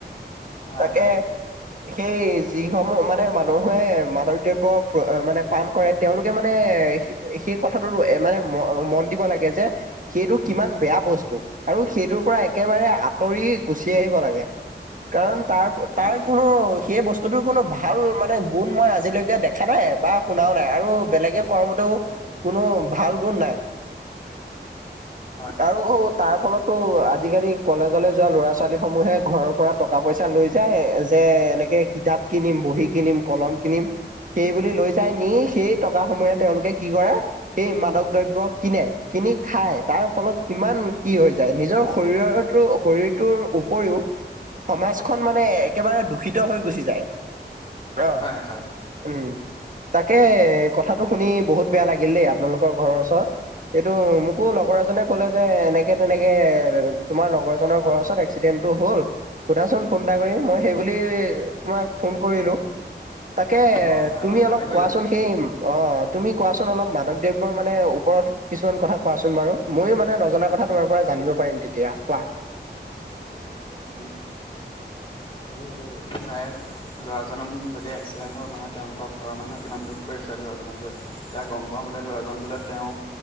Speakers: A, on the left; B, on the right.
A: হয়
B: তাকে।
A: হয়
B: সেই যিসমূহ মানে মানুহে মাদক দ্ৰব্য মানে পান কৰে তেওঁলোকে মানে সেইয়াই সেই সে কথাটো মানে মন দিব লাগে যে সেইটো কিমান বেয়া বস্তু আৰু সেইটোৰ পৰা একে একেবাৰে আঁতৰি গুচি আহিব লাগে কাৰণ তা
A: হয়
B: তাৰ
A: হয়
B: কোনো সেই বস্তু তো কোনো ভাল মানে গুণ মই আজিলৈকে দেখা নাই বা শুনাও নাই আৰু বেলেগে কোৱা মতেও কোনো ভাল গুণ নাই
A: হয়
B: আৰু তাৰ ফলতো আজিকালি কলেজলৈ যোৱা ল'ৰা ছোৱালী সমূহে ঘৰৰ পৰা টকা পইচা লৈ যায় যে এ এনেকে কিতাপ কিনিম, বহী কিনিম, কলম কিনিম সেই বুলি লৈ যায় নি সেই টকা সমূহে তেওঁলোকে কি কৰে সেই মাদক দ্ৰব্য কিনে, কিনি খাই তাৰ ফলত কিমান কি হৈ যায় নিজৰ শৰীৰৰ শৰীৰটোৰ উপৰিও সমাজখন মানে একেবাৰে দূষিত হৈ গুচি যায়। অ'
A: হয় হয়
B: উম তাকে কথাটো শুনি বহুত বেয়া লাগে লাগিল দেই আপোনালোকৰ ঘৰৰ ওচৰত এইটো মোকো লগৰ এজনে ক'লে যে এনেকে তেনেকে তোমাৰ লগৰজনৰ ঘৰৰ ওচৰত এক্সিডেণ্ট হ'ল সুধাচোন ফোন এটা কৰি মই সেইবুলি তোমাক ফোন কৰিলোঁ তাকে
A: অ হয়
B: তুমি
A: বাৰু ভালে
B: অলপ
A: কৰিলা।
B: কোৱাচোন সেই অ' তুমি কোৱাচোন অলপ মাদক দৱ্যৰ মানে ওপৰত কিছুমান কথা কোৱাচোন বাৰু ময়ো মানে নজনা কথা তোমাৰ পৰা জানিব পাৰিম। তেতিয়া কোৱা?
A: উ <unintelligible> চাই ল'ৰাজনক যদি এক্সিডেন্ট হ'ল মানে তেওঁলোকৰ ঘৰত মানুহে কিমান দুখ কৰিছে ল'ৰাজনক লৈ, এতিয়া গম পোৱামতে ল'ৰাজন বোলে তেওঁ